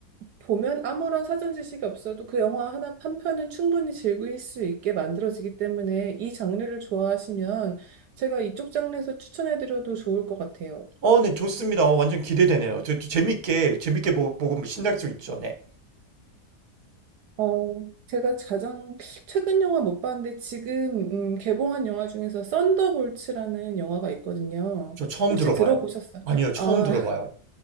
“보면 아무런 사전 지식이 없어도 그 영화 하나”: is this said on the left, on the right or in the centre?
Right